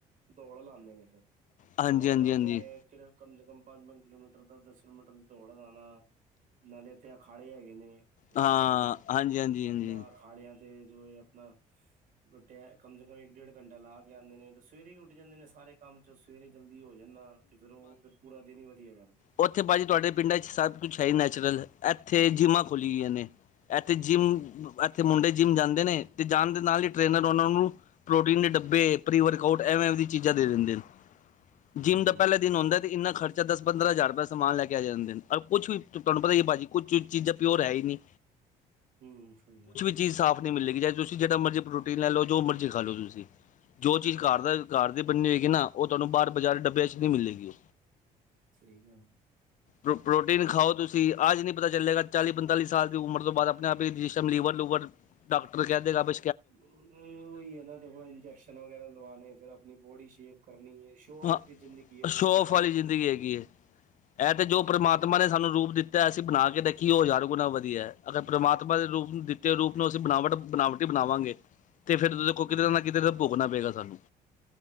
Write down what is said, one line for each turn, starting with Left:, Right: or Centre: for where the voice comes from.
Right: ਦੌੜ ਲਾਂਦੇ ਨੇ ਫੇਰ,
Left: ਹਾਂਜੀ
Right: ਦੌੜ
Left: ਹਾਂਜੀ
Right: ਲਾਂਦੇ
Left: ਹਾਂਜੀ
Right: ਨੇ ਫੇਰ ਕਮ ਸੇ ਕਮ ਪੰਜ -ਪੰਜ ਕਿਲੋਮੀਟਰ ਦਾ ਦਸ ਕਿਲੋਮੀਟਰ ਦੀ ਦੌੜ ਲਾਣਾ ਨਾਲੇ ਤੇ ਅਖਾੜੇ ਹੈਗੇ ਨੇ। ਉੱਥੇ
Left: ਹਾਂ,
Right: ਜਾਣਾ
Left: ਹਾਂਜੀ, ਹਾਂਜੀ,
Right: ਆਪਣਾ
Left: ਹਾਂਜੀ।
Right: ਅਖਾੜਿਆਂ ਤੇ ਜੋ ਏਹ ਅਪਣਾ ਬਟ ਐ ਕਮ ਸੇ ਕਮ ਇੱਕ-ਡੇਢ ਘੰਟਾ ਲਾ ਕੇ ਆੰਦੇ ਨੇ, ਤੇ ਸਵੇਰੇ ਈ ਉਡ ਜਾਂਦੇ ਨੇ ਸਾਰੇ ਕੰਮ 'ਚੋ ਸਵੇਰੇ ਜਲਦੀ ਹੋ ਜਾਣ ਨਾ ਰਾਤੀ ਫੇਰ ਓਹ ਫੇਰ ਪੂਰਾ ਦਿਨ ਈ ਵਧੀਆ ਜਾਂਦ
Left: ਓਥੇ ਭਾਜੀ ਤੁਆਡੇ ਪਿੰਡਾਂ 'ਚ ਸਭ ਕੁਛ ਹੈ ਈ ਨੈਚੁਰਲ, ਐਥੇ ਜਿੰਮਾਂ ਖੋਲ ਗੀਆਂ ਨੇ। ਐਤੇ ਜਿੰਮ ਐਥੇ ਮੁੰਡੇ ਜਿੰਮ ਜਾਂਦੇ ਨੇ ਤੇ ਜਾਣ ਦੇ ਨਾਲ ਈ ਟ੍ਰੇਨਰ ਓਨਾਂ ਨੂੰ ਪ੍ਰੋਟੀਨ ਦੇ ਡੱਬੇ ਪ੍ਰੀ ਵਰਕਆਊਟ ਐਵੇ-ਐਵੇ ਦੀ ਚੀਜ਼ਾਂ ਦੇ ਦੇੰਦੇ ਨੇ।
Right: ਹੂੰ
Left: ਜਿੰਮ ਦਾ ਪੈਲਾ ਦਿਨ ਹੋੰਦੈ ਤੇ ਇੰਨਾ ਖਰ ਦਸ ਪੰਦਰਾਂ ਹਜ਼ਾਰ ਰੁਪਇਆ ਦਾ ਸਮਾਨ ਲੈ ਕੇ ਆ ਜਾਂਦੇ ਨੇ। ਔਰ ਕੁਛ ਵੀ ਤੁਐਨੂੰ ਪਤਾ ਈ ਏ ਭਾਜੀ ਕੁਛ ਚੂ ਚੀਜ਼ਾਂ ਪਿਓਰ ਹੈ ਈ ਨੀ।
Right: ਹੂੰ, ਸਹੀ ਗੱਲ।
Left: ਚੀਜ਼ ਸਾਫ਼ ਨੀ ਮਿਲੇਗੀ, ਚਾਏ ਤੁਸੀਂ ਜੇੜਾ ਮਰਜ਼ੀ ਪ੍ਰੋਟੀਨ ਲੈ ਲੋ ਜੋ ਮਰਜ਼ੀ ਖਾ ਲੋ ਤੁਸੀਂ। ਜੋ ਚੀਜ਼
Right: ਹਾਂਜੀ,
Left: ਘਰਦਾ ਘਰ ਦੀ ਬਨੀ ਹੋਏਗੀ ਨਾ ਓਹ ਤੁਐਨੂੰ ਬਾਰ ਬਾਜ਼ਾਰੀ ਡੱਬਿਆਂ ਚ ਨੀ ਮਿਲੇਗੀ।
Right: ਸਹੀ ਗੱਲ।
Left: ਪ੍ਰੋ-ਪ੍ਰੋਟੀਨ ਖਾਓ ਤੁਸੀਂ, ਆਜ ਨ੍ਹੀਂ ਪਤਾ ਚੱਲੇਗਾ ਚਾਲੀ-ਪੰਤਾਲੀ ਸਾਲ ਦੀ ਉਮਰ ਤੋਂ ਬਾਦ ਆਪਣੇ ਆਪ ਈ ਜਿਸ ਟੈਮ ਲੀਵਰ-ਲੂਵਰ ਡਾਕਟਰ ਕੈ ਦੇਗਾ ਬ
Right: ਅ ਓਈ ਏ ਨਾ ਦੇਖੋ ਇੰਜੈਕਸ਼ਨ ਵਗੈਰਾ ਲਵਾਣੇ ਫੇਰ ਆਪਣੀ ਬੋਡੀ ਸ਼ੇਪ ਕਰਨੀ ਸ਼ੋ ਆਫ
Left: ਹਾਂ,
Right: ਦੀ ਜ਼ਿੰਦਗੀ ਹੈ ਦੇਖੋ
Left: ਸ਼ੋ-ਔਫ਼
Right: ਸ਼ਹਿਰਾਂ
Left: ਵਾਲੀ
Right: ਦੀ
Left: ਜ਼ਿੰਦਗੀ ਹੈਗੀ ਏ, ਐ ਤੇ ਜੋ
Right: ਸਾਡੇ
Left: ਪਰਮਾਤਮਾ ਨੇ ਸਾਨੂੰ ਰੂਪ ਦਿੱ ਤੈ ਅਸੀਂ ਬਣਾ ਕੇ ਦੇਖੀਏ ਓਹ ਹਜ਼ਾਰ ਗੁਣਾ ਵਧੀਐ। ਅਗਰ ਪ੍ਰਮਾਤਮਾ ਦੇ ਰੂਪ ਨੂੰ ਦਿੱਤੇ ਹੋਏ ਰੂਪ ਨੂੰ ਅਸੀਂ ਬਣਾਵਟ ਬਣਾਵਟੀ ਬਣਾਵਾਂਗੇ
Right: <inaudible>
Left: ਤੇ ਫਿਰ ਲੇਖੋ
Right: ਹੂੰ।
Left: ਕਿਦਰੇ ਨਾ ਕਿਦਰੇ ਤੇ ਭੋਗਣਾ ਪਏਗਾ ਸਾਨੂੰ।